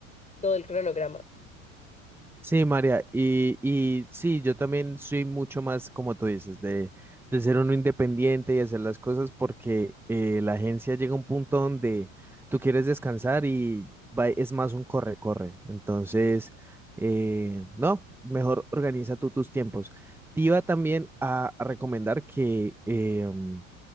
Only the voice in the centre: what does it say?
Sí, María, y, y sí, yo también soy mucho más, como tú dices, de, de ser uno independiente y hacer las cosas porque eh, la agencia llega a un punto donde tú quieres descansar y va- es más un corre-corre. Entonces, eh, no, mejor organiza tú tus tiempos. Te iba también a, a recomendar que em,